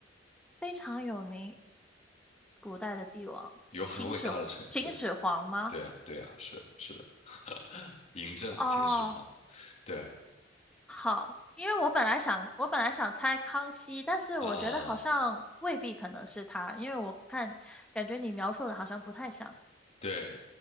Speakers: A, in the centre; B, on the left.
A: 非常有名，古代的帝王，
B: 有很伟大的成就。
A: 秦始秦始皇吗？
B: 对啊，对啊，是是的，<laughs> 嬴政、
A: 哦，
B: 秦始皇，对
A: 好，因为我本来想我本来想猜康熙，但是我觉得好像未必可能是他，
B: 啊，
A: 因为我看感觉你描述的好像不太像。
B: 对。